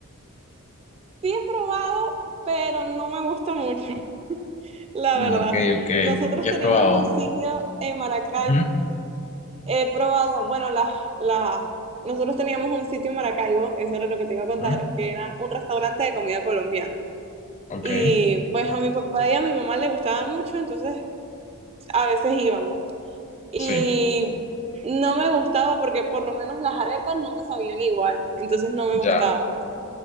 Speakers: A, on the right; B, on the left.
A: Sí he probado, pero no me gusta mucho, <laughs> la
B: Mm,
A: verdad.
B: ok, ok.
A: Nosotros
B: ¿Qué
A: teníamos
B: has probado?
A: un sitio en Maracaibo.
B: Ujú,
A: He probado, bueno, las, las, nosotros teníamos un sitio en Maracaibo, eso era lo que te iba a contar,
B: ujú,
A: que era un restaurante de comida colombiana.
B: Ok,
A: Y pues a mi papá y a mi mamá le gustaba mucho, entonces a veces íbamos. Y
B: sí,
A: no me gustaba porque por lo menos las arepas no me sabían igual, entonces no me gustaba.
B: ya,